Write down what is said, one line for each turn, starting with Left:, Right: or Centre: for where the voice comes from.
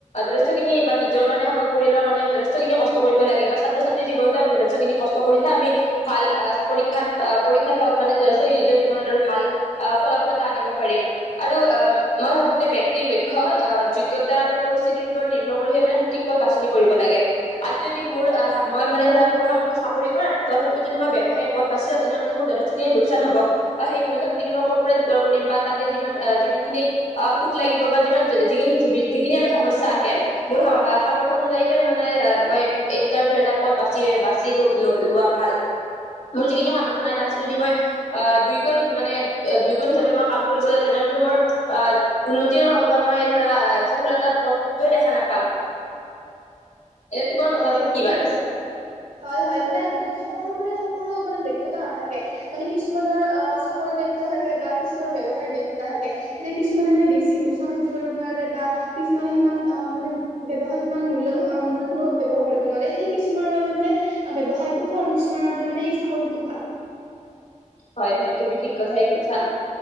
Left: যথেষ্টখিনি বা নিজৰ কাৰণে হওক বা পৰিয়ালৰ কাৰণে যথেষ্টখিনি কষ্ট কৰিব লাগে বা ছাত্ৰ-ছাত্ৰ জীৱনটো আমি যথেষ্টখিনি কষ্ট কৰিহে আমি ভাল পৰীক্ষাত পৰীক্ষাত হওক মানে <unintelligible> নিজৰ জীৱনত আৰু ভাল ফলাফলতা আনিব পাৰিম আৰু অ' মই ভাবো যে ব্যক্তিৰ লক্ষ্য আহ যোগ্যতা আৰু পৰিস্থিতিৰ ওপৰত নিৰ্ভৰ কৰিহে মানে সঠিক পথ বাছনি কৰিব লাগে। আজি যদি মোৰ মই মানে ধৰা মোৰ সামৰ্থ চাকৰি কৰাত, তথাপিও যদি মই ব্যৱসায় পথ বাচি লওঁ, তেনেহ'লেটো মোৰ যথেষ্টখিনি লোকচান হ'ব। বা সেই মূলধন খিনি মই ক'ৰ পৰা যোগাৰ কৰিম বা তাতে যিমান যিমান খিনি অ', সুত লাগিব বা যিমান যিখিনি যিখিনি আৰু সমস্যা আহে, মোৰ সামৰ্থ অনুযায়ীহে মই মানে মই এই দুটাৰ ভিতৰত এটা পথ বাচি বাচি লো-ল লোৱা ভাল। মোৰ যিখিনি সামৰ্থ্য নাই তাতচে যদি মই অ', দুই গুণ মানে দুই গুণ হিচাপে মই কাম কৰিব যাওঁ তেনেহ'লেতো মোৰ অ' উন্নতিয়ে নহ'ব বা মই ধৰা সফলতাৰ পথটোৱে দেখা নাপাম। এতিয়া তোমাৰ
Right: হয়
Left: মতামত
Right: ঠিকে
Left: কি বাৰু?
Right: কৈছা। হয়, হয়, মানে সকলো মানে সকলো মানে দক্ষতা নাথাকে। মানে কিছুমানৰ অ', চাকৰিৰ দক্ষতা থাকে বা কিছুমানৰ ব্যয়ৱসায়ত দক্ষতা থাকে। এতিয়া কিছুমানে মানে বেছি লোকচান সহ্য কৰিব নোৱাৰে বা কিছুমানে ইমান অ', মানে ব্যৱসায় ইমান মূল্য মূলধনৰ ব্যৱসায় কৰিব নোৱাৰে সেয়ে কিছুমানৰ বাবে ব্যৱসায়টো ভাল আৰু কিছুমানৰ বাবে মানে এই চাকৰিতটো ভাল।
Left: হয়, হয়, তুমি ঠিক কথাই কৈছা।